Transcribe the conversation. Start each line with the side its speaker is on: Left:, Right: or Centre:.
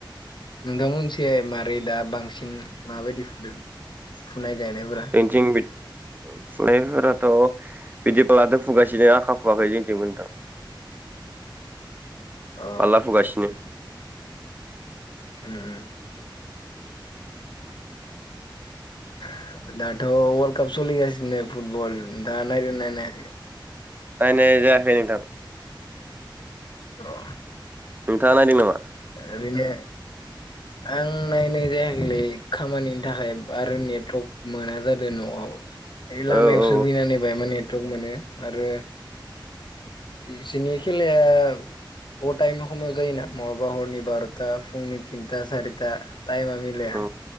Left: नोंथांमोनसे मारै दा बांसिन माबायदि फुदो फुनाय गायनायफोरा
Right: जोंनिथिं बि फुनायफोराथ' बिदिब्लाथ‌ फुगासेजो आखा फुवाखै जोंथिंबो नोंथां
Left: <inaudible> अ
Right: पाल्ला फुगासिनो
Left: ओम
Right: <inaudible>
Left: <inaudible> दाथ' वर्ल्ड काप सोलिगासिनो फुटबल दा नायदो ना नायाखै
Right: नायनाय जायाखै नोंथां
Left: औ।
Right: नोंथाङा नायदों नामा।
Left: ए बिनो आं नायनाय जायाखैलै खामानिनि थाखाय आरो नेटवर्मोना जादों न'आव ओइ लामायावसो
Right: औ औ
Left: फैनानै बाहायमान नेटवर्क मोनो आरो इसोरनि खेला <unintelligible> बा हरनि बारटा फुंनि थिनटा सारिटा टाइमा मिलाया
Right: औ